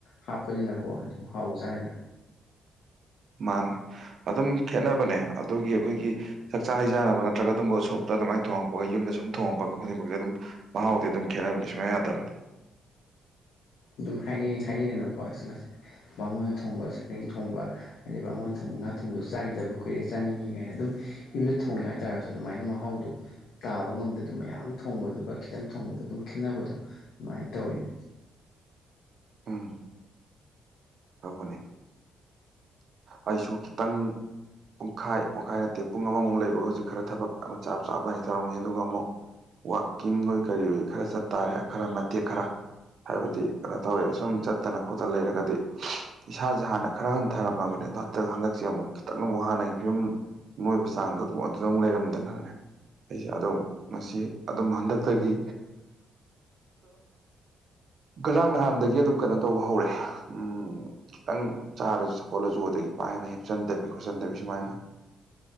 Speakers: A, on the left; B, on the right.
A: ꯍꯥꯞꯄꯅꯤꯅꯀꯣ ꯑꯗꯨꯝ ꯍꯥꯎꯕꯖꯥꯅꯤꯗ
B: ꯃꯥꯥꯟꯅꯦ ꯑꯗꯨꯝ ꯈꯦꯠꯅꯕꯅꯦ ꯑꯗꯨꯒꯤ ꯑꯩꯈꯣꯏꯒꯤ ꯆꯥꯛꯆꯥ ꯍꯩꯖꯥꯟꯅꯕ ꯅꯠꯇ꯭ꯔꯒ ꯑꯗꯨꯝꯕ ꯎꯁꯣꯞꯇ ꯑꯗꯨꯃꯥꯏꯅ ꯊꯣꯡꯉꯛꯄꯒ ꯌꯨꯝ ꯗꯁꯨꯝ ꯊꯣꯡꯉꯛꯄꯒ ꯈꯨꯣꯗꯤꯡꯃꯛ ꯁꯦ ꯑꯗꯨꯝ ꯃꯍꯥꯎꯗꯤ ꯑꯗꯨꯝ ꯈꯦꯠꯅꯕꯅꯤ ꯁꯨꯡꯌꯥ ꯌꯥꯗꯕꯅꯦ
A: ꯑꯗꯨꯝ ꯍꯥꯏꯅꯩ ꯍꯥꯏꯅꯩ ꯗꯅ ꯑꯁ ꯉꯁꯦ ꯕꯥꯃꯣꯟꯅ ꯊꯣꯡꯕ ꯁꯔꯦꯡ ꯊꯣꯡꯕ ꯍꯥꯏꯗꯤ ꯕꯥꯃꯣꯟꯅ ꯊꯣꯡꯕ ꯃꯉꯥ ꯊꯣꯡꯕꯗꯨꯁꯨ ꯆꯥꯈꯤꯗꯕ ꯀꯨꯏꯔꯦ ꯆꯥꯅꯤꯡꯢ ꯀꯥꯏꯅ ꯑꯗꯨꯝ ꯌꯨꯝꯗ ꯊꯣꯡꯉꯦ ꯍꯥꯏꯇꯥꯥꯔꯒꯁꯨ ꯑꯗꯨꯃꯥꯏꯅ ꯃꯍꯥꯎꯗꯣ ꯇꯥꯕ ꯉꯝꯗꯗꯣ ꯃꯌꯥꯝ ꯊꯣꯡꯕꯗꯨꯒ ꯈꯤꯇꯪ ꯊꯣꯡꯕꯗꯣ ꯑꯗꯨꯝ ꯈꯦꯠꯅꯕꯗꯣ ꯑꯗꯨꯃꯥꯏꯅ ꯇꯧꯋꯤꯅꯦ
B: <inaudible> ꯎꯝ ꯇꯧꯕꯅꯦ ꯑꯩꯁꯨ ꯈꯤꯇꯪ ꯄꯨꯡꯈꯥꯏ ꯄꯨꯡꯈꯥꯏ ꯅꯠꯇꯦ ꯄꯨꯡ ꯑꯃꯃꯨꯛ ꯂꯩꯕꯒ ꯍꯧꯖꯤꯛ ꯈꯔ ꯊꯕꯛ ꯑꯃ ꯆꯞ ꯆꯥꯕꯅ ꯇꯧꯔꯝꯃꯤ ꯑꯗꯨꯒ ꯑꯃꯨꯛ ꯋꯥꯀꯤꯡ ꯑꯣꯏ ꯀꯔꯤ ꯑꯣꯏ ꯈꯔ ꯆꯠꯇꯥꯔꯦ ꯈꯔ ꯃꯇꯦꯛ ꯈꯔ ꯍꯥꯏꯕꯗꯤ ꯀꯩꯅꯣ ꯇꯧꯋꯦ ꯁꯨꯝ ꯆꯠꯇꯅ ꯈꯣꯠꯇꯅ ꯂꯩꯔꯒꯗꯤ ꯏꯁꯥꯁꯦ ꯍꯥꯟꯅ ꯈꯔ ꯍꯟꯊꯔꯝꯃꯕꯅꯦ ꯍꯇ ꯍꯟꯗꯛꯁꯦ ꯑꯃꯨꯛ ꯈꯤꯇꯪ ꯑꯃꯨꯛ ꯍꯥꯟꯅꯒꯤ ꯐꯤꯕꯝ ꯑꯣꯏꯕ ꯆꯥꯡꯗ ꯑꯗꯨ ꯑꯗꯨꯗ ꯑꯃꯨꯛ ꯂꯩꯔꯝꯗꯅꯅꯦ ꯑꯩꯁꯦ ꯑꯗꯨꯝ ꯉꯁꯤ ꯑꯗꯨꯝ ꯍꯟꯗꯛꯇꯒꯤ ꯒꯔꯥꯡ ꯅꯍꯥꯟꯗꯒꯤ ꯑꯗꯨꯝ ꯀꯩꯅꯣ ꯇꯧꯕ ꯍꯧꯔꯦ ꯎꯝ ꯈꯤꯇꯪ ꯆꯥꯔꯁꯨ ꯈꯣꯠꯂꯁꯨ ꯑꯗꯒꯤ ꯄꯥꯍꯦꯟꯅ ꯍꯤꯞꯆꯟꯗꯕꯤ ꯈꯣꯠꯆꯟꯗꯕꯤ ꯁꯨꯃꯥꯏꯅ